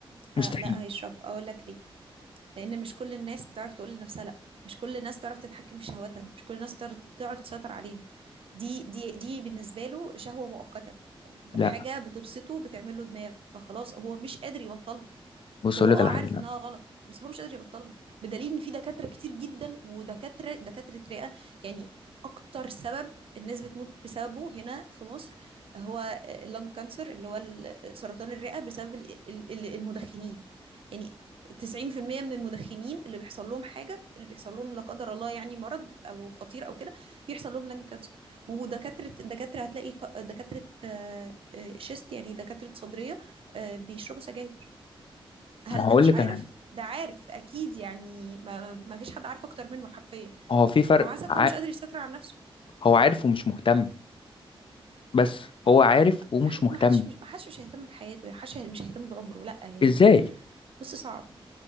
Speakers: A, on the left; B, on the right.
A: مستحيل
B: آه لا هيشرب اقول لك ليه لأن مش كل الناس بتعرف تقول لنفسها لأ مش كل الناس تعرف تتحكم في شهواتها مش كل الناس تعرف بتعرف تسيطر عليها دي دي دي بالنسبة له شهوة مؤقتة
A: لا
B: حاجة بتبسطه بتعمل له دماغ فخلاص هو مش قادر يبطلها
A: بص
B: هو
A: اقول لك
B: اه
A: على
B: عارف
A: حاجه لا
B: انها غلط بس هو مش قادر يبطلها بدليل ان في دكاتره كتير جدا ودكاتره دكاتره رئه يعني اكتر سبب الناس بتموت بسببه هنا في مصر هو اللنج كانسر اللي هو ال- سرطان الرئه بسبب ال- ال- ال- المدخنين يعني 90% من المدخنين اللي بيحصل لهم حاجه اللي بيحصل لهم لا قدر الله يعني مرض او خطير او كده بيحصل لهم لنج كانسر ودكاتره دكاتره هتلاقي ك- دكاتره آه، آه، شيست يعني دكاتره صدريه آه، بيشربوا سجاير هل
A: ما
B: ده
A: هقول
B: مش
A: لك
B: عارف
A: على حاجه
B: ده عارف اكيد يعني ما, ما فيش حد عارف اكتر منه حرفيا
A: هو في فرق
B: هو مع ذلك
A: ع...
B: هو مش قادر يسيطر على نفسه
A: هو عارف ومش مهتم بس هو عارف ومش
B: ما حد
A: مهتم
B: ما حدش مش- ما حدش مش هيهتم بحياته ما حدش مش هيهتم بعمره لا يعني
A: ازاي
B: بص صعب